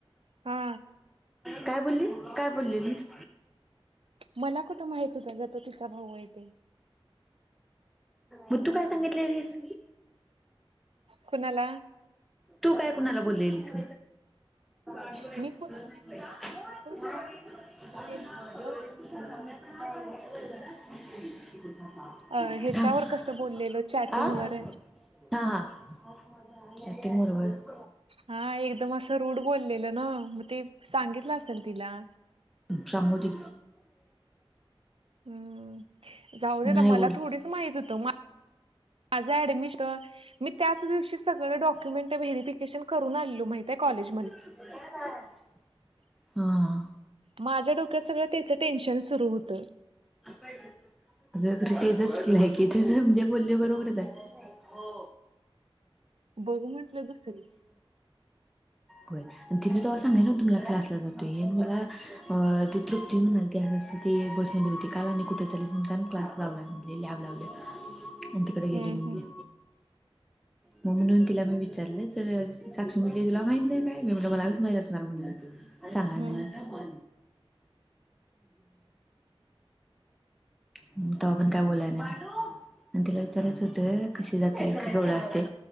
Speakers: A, on the right (about 75°); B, in the centre.
A: हा
B: काय बोलली काय? बोललेलीस
A: मला कुठं माहित होत ग तो तिचा भाऊ आहे ते
B: मग तू काय सांगितलेलिस
A: कुणाला
B: तू काय कुणाला बोललेलीस <unintelligible> <unintelligible>
A: मी कुणाला काय बोलाय नव्हतो पण ते मी म्हटलं
B: <unintelligible>
A: नव्हतं तुला अं हेच्यावर
B: थांब
A: कसं बोललेलं चॅटिंग
B: आ
A: वर
B: हा हा <unintelligible>
A: हा एकदम असं रूढ बोललेलं ना मग, ते सांगितलं असेल तिला.
B: जामू दे
A: हम्म जाऊ दे
B: नाही
A: आता मला
B: बोल
A: थोडीच माहित होतं माझं ऍडमिशन मी त्याच दिवशी सगळ डॉक्युमेंट व्हेररीफिकेशन करून आलेलो माहितेय कॉलेज
B: <unintelligible>
A: <inaudible>
B: हां.
A: माझ्या डोक्यात सगळं त्याचं टेन्शन सुरू होतं.
B: <unintelligible> आहे कि ती जे बोलली ते बरोबरच हाय. हो.
A: बघ म्हंटलं दुसरं
B: होय आणि ती नी तव्हा सांगितल होत, मला क्लासला जाते हे अ मला अ ती तृप्ती म्हणालीती आग अस ते बस मध्ये होती काल आणि कुठे चाललाय म्हणतान क्लास लावला म्हणजे लॅब लावल्या आ तिकडे गेले
A: हम्म
B: म्हणली
A: हम्म
B: मी म्हण तिला मी विचारले तर अ साक्षी म्हटली तुला माहित नाय काय मी म्हटल मला कस माहित असणार म्हटलं? सांगा
A: हम्म
B: ना हम्म तवा पण काय बोलला नाय.
A: ह
B: आणि तिला विचारायचं होत कशी जाते गवढं असते